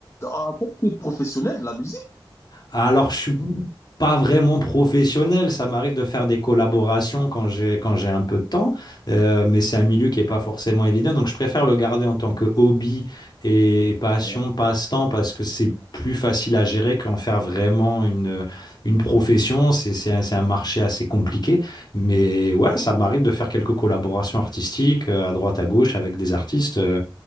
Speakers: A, on the left; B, on the left.
A: En fait, tu es professionnel de la musique?
B: Alors, je suis pas vraiment professionnel. Ça m'arrive de faire des collaborations quand j'ai quand j'ai un peu de temps, Euh, mais c'est un milieu qui est pas forcément évident. Donc, je préfère le garder en tant que hobby et passion,
A: Ouais.
B: passe-temps, parce que c'est plus facile à gérer qu'en faire vraiment une une profession. C'est c'est un, c'est un marché assez compliqué, mais ouais, ça m'arrive de faire quelques collaborations artistiques euh, à droite à gauche avec des artistes. euh,